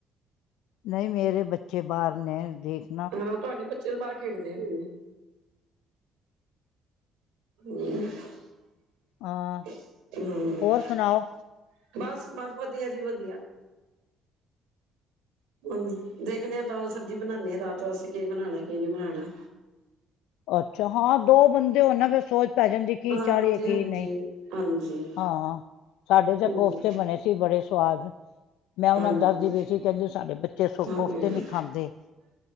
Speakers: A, on the left (about 80°); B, on the right (about 80°).
A: ਨਹੀਂ, ਮੇਰੇ ਬੱਚੇ ਬਾਹਰ ਨੇ। ਦੇਖ
B: ਹਾਂ, ਤੁਹਾਡੇ ਬੱਚੇ ਦੇ ਬਾਹਰ ਖੇਡਦੇ ਹੁੰ ਨੇ। ਹਮ-
A: ਹਾਂ
B: ਹਮ
A: ਹੋਰ ਸੁਣਾਓ
B: ਬਸ -ਬਸ ਵਧੀਆ ਜੀ, ਵਧੀਆ। ਹ ਦੇਖਦੇ ਹਾਂ, ਦਾਲ- ਸਬਜ਼ੀ ਬਣਾਉਂਦੇ ਹਾ। ਰਾਤ ਅਸੀਂ ਕੇ ਬਣਾਉਣਾ ਕਿ ਨਹੀਂ ਬਣਾਉਣਾ।
A: ਅੱਛਾ ਹਾਂ। ਦੋ ਬੰਦੇ ਉਹ ਨਾ ਫਿਰ ਸੋਚ ਪੈ ਜਾਂਦੀ। ਕੀ
B: ਹਾਂ। ਹਾਂਜੀ
A: ਚਾੜੀਏ ਕੀ
B: -ਹਾਂਜੀ
A: ਨਹੀਂ
B: -ਹਾਂਜੀ।
A: ਹਾਂ। ਸਾਡੇ ਤੇ
B: ਹੂੰ,
A: ਕੋਫਤੇ ਬਣੇ ਸੀ ਬੜੇ ਸਵਾਦ। ਮੈਂ ਉਹਨਾਂ
B: ਹਾਂਜੀ
A: ਨੂੰ ਦੱਸਦੀ ਪਈ ਸੀ ਕਹਿੰਦੀ ਸਾਡੇ ਬੱਚੇ ਸੋੱਕਫਤੇ
B: ਹਾਂਜੀ
A: ਨੀ ਖਾਂਦੇ,